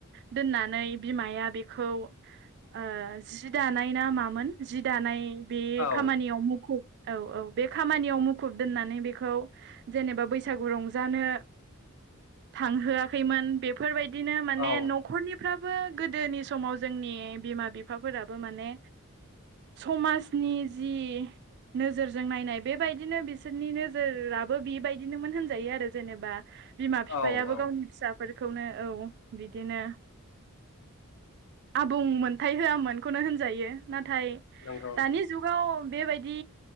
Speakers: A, on the right (about 50°); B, on the left (about 75°).
A: दोननानै बिमाया बेखौ ओ जि दानाय ना मामोन जि दानाय बे
B: औ
A: खामानियाव मुखुब औ औ बे खामानियाव मुखुब दोननानै बेखौ जेनेबा बैसागु रंजानो थांहोआखैमोन बेफोरबायदिनो माने
B: औ
A: न'खरनिफ्रा बो गोदोनि समाव जोंनि बिमा बिफाफोराबो माने समाज नि जि नोजोरजों नायनाय बेबायदिनो बिसोरनि नोजोराबो बेबायदिनोमोन होनजायो आरो जेनेबा बिमा फिफायाबो
B: औ औ
A: गावनि फिसाफोरखौनो औ बिदिनो। आबुं मोनथाय होआमोनखौनो होनजायो। नाथाय
B: नंगौ
A: दानि जुगाव बेबाय दि